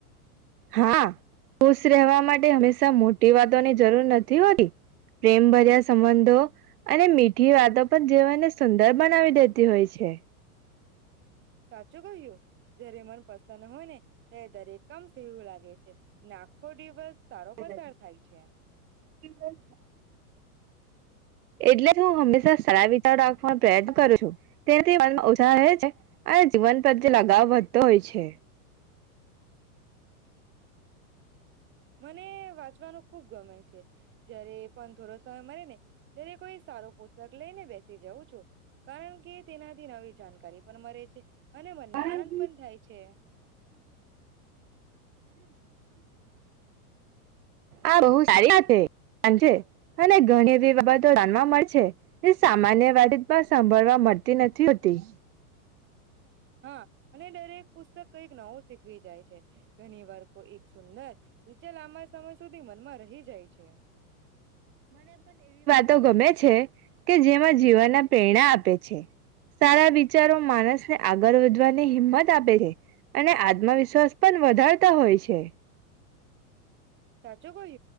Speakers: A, on the right; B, on the right.
A: હા ખુશ રહેવા માટે હંમેશા મોટી વાતોની જરૂર નથી હોતી પ્રેમ ભર્યા સંબંધો અને મીઠી વાત. તો પણ જેવાને સુંદર બનાવી દેતી હોય છે.
B: સાચું કહ્યું જય્યારે માર. પસંદ હોય ને તે દરેકમ સવું લાગે છે. અને આખો દિવસ. સારો પસાર
A: થાય
B: છે
A: છે. એટલે જ હું હંમેશા સારા વિચાર રાખવાનો પ્રયત્ન કરું છું તેનાથી મનમાં ઉછહ રહે છે અને જીવન પ્રત્યે લગાવ વધતો હોય છે.
B: મને વાંચવાનું ખુબ ગમે છે જયારે પણ થોડો સમય મળે ને ત્યારે કોઈ સારું પુસ્તક લઈને બેસી જવં છું કારણ કે તેનાથી નવી જાણકારી પણ મળે છે. અને મનને
A: કારણ
B: આનંદ પણ થાય છે
A: આ બો સારી અને ઘણી એવી બાબતો જાણવા મળ છે જે સામાન્ય વાત પણ સાંભળવા મળતી નથી હોતી.
B: હા. અને દરેક પુસ્તક કઈક નવું શીખવી જાય છે ઘણી વાર કો એક સુંદર નીચે લાંબા સમય સુધી મનમાં રહી જાય છે.
A: તો ગમે છે કે જેમાં જીવાનના પ્રેરણા આપે છે સારા વિચારો માણસને આગળ વધવાની હિંમત આપે છે અને આત્મવિશ્વાસ પણ વધારતા હોય છે.
B: સાચો કહ્યું